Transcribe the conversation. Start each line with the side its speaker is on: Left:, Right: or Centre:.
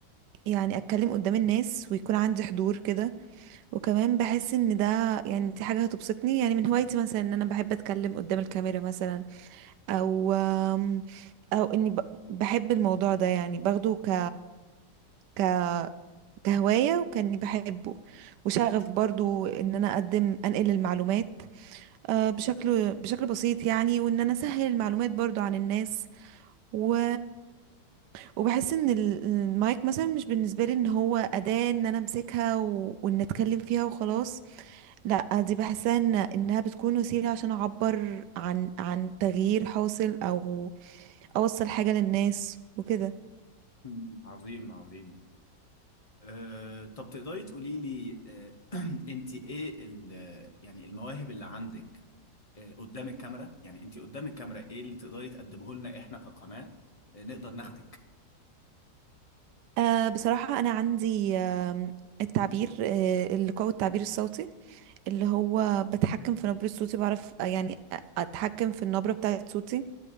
Right: يعني اتكلم قدام الناس ويكون عندي حضور كده وكمان بحس ان ده يعني دي حاجه هتبسطني يعني من هوايتي مثلا ان انا بحب اتكلم قدام الكاميرا مثلا او آم، او اني ب- بحب الموضوع ده يعني باخده ك ك كهوايه وكاني بحبه وشغف برضو ان انا اقدم انقل المعلومات آه، بشكل بشكل بسيط يعني وان انا اسهل المعلومات برضو عن الناس و وبحس ان ال- المايك مثلا مش بالنسبه لي ان هو اداه ان انا امسكها و... وان اتكلم فيها وخلاص لا دي بحسها إن انها بتكون وسيله عشان اعبر عن عن تغيير حاصل او اوصل حاجه للناس وكده
Left: مم، عظيم عظيم آه، طب تقدري تقولي لي آه، <clears throat> انت ايه ال- يعني المواهب اللي عندك آه، قدام الكاميرا يعني انت قدام الكاميرا ايه اللي تقدري تقدمه لنا احنا كقناة آه، نقدر ناخدك
Right: أه بصراحه انا عندي آم، التعبير آه، اللقاء والتعبير الصوتي اللي هو بتحكم في نبرة صوتي بعرف آه، يعني أ- أتحكم في النبرة بتاعة صوتي